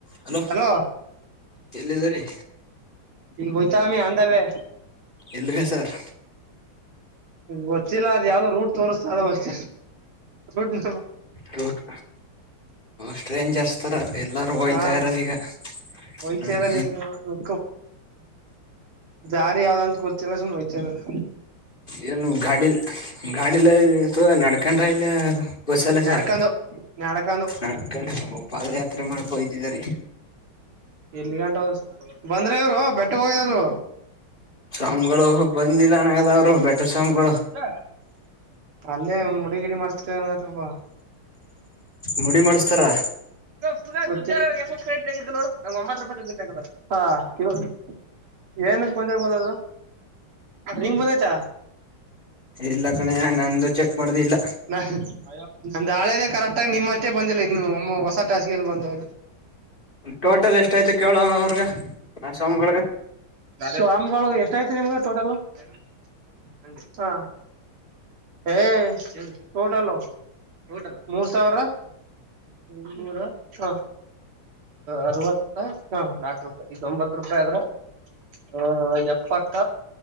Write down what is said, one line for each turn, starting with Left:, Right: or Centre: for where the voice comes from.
Left: Hello,
Right: hello
Left: ಯಲ್ಲಿ ಅದಿರಿ.
Right: ಈ <inaudible> ಸ್ವಾಮಿ, ಆನ್ ದ ವೇ.
Left: ಎಲ್ಲಿಗ ಸರ್
Right: ಗೊತ್ತಿಲ್ಲ ಯಾವ್ದೋ ರೂಟ್ ತೋರಿಸ್ತ ಅಷ್ಟೇ
Left: ರೂಟ್ ಸ್ಟ್ರೇಂಜರ್ಸ್ ತರ. ಎಲ್ಲಾರು ಹೋಯ್ತಾ
Right: ಹಾ
Left: ಇರೋದ ಈಗ
Right: ಒಯ್ತಾ
Left: ಹ್ಮ್
Right: ಇದಾರೆ ಈಗ. ದಾರಿ ಯಾವ್ದಂತ ಗೋತಿಲ್ಲ ಸುಮ್ನೆ ಹೊಯ್ತಾಯಿರದೆ.
Left: ಏನು ಗಾಡಿ ಗಾಡಿಯಲ್ಲಿ. ಅದು ನಡಕೊಂಡು. ಇಲ್ಲ ಬಸ್ಸ ಅಲ್ಲ
Right: ನಡ್ಕೊಂಡು
Left: ಸಾರ್
Right: ನಡ್ಕೊಂಡು
Left: ನಡ್ಕೊಂಡು ಪಾದಯಾತ್ರ ಮಾಡಿಕೊಂಡು ಹೋಯ್ತಾ - ಇದರಿ.
Right: ಎಲ್ಲಿ ಗಂಟ ಬಂದ್ರ ಇವ್ರು ಬೆಟ್ಟಗ ಹೋಗಿದವರು.
Left: ನಮಗಳು- ಬಂದಿಲ್ಲ ನನಗದ ಅವರು ಬೆಟ್ಟ ಸ್ವಾಮಿಗಳು.
Right: ಇಲ್ಲ ಅಲ್ಲೇ ಮುಡಿಗಿಡಿ ಮಾಡಸ್ ಅಂತಿಂದ್ರ ಪಾ.
Left: ಮುಡಿ ಮಾಡಸ್ತಾರೆ.
Right: ನ ಒತ್ತು ರೂಪಾಯ ಹ ಇ ಏನಕ್ ಬಂದಿರಬೋದ ನಿಂಗ ಬಂದೈತ.
Left: ಇಲ್ಲ ಕಣೆ ನಂದು ಚೆಕ್ ಮಾಡ್ದಿಲ್ಲ
Right: ನಾ ಅಯೋ ನಂದು ಹಳೆದೇ ಕರೆಕ್ಟ್ ಆಗ ನಿಮ್ಮಷ್ಟೇ ಬಂದಿಲ್ಲ ಇನ್ನು ಒಮ್ಮ ಹೊಸ ಟಾಸ್ಕೆಲಿ ಬಂದವ.
Left: ಟೋಟಲ್ ಎಷ್ಟಯ್ತು ಕೇಳೋ ಅವ್ರಗ <unintelligible> ಆ ಸ್ವಾಮಿಗಳಿಗೆ
Right: ಸ್ವಾಮ್ ಗಳು ಎಷ್ಟಯ್ತು ನಿಮ್ಗೆ ಟೋಟಲು <unintelligible> ಹ ಹೇ ಟೋಟಲು ಟೋಟಲ್ ಮೂರ್ ಸಾವ್ರ ಇನ್ನೂರ ಹ <unintelligible> ಅರವತ್ತ ಹಾ ನಾಕ್ ರೂಪಾಯಿ ಇದೊಂಬತ್ತು ರೂಪಾಯಿ ಅದ್ರ ಹ ಎಪ್ಪತ್ತ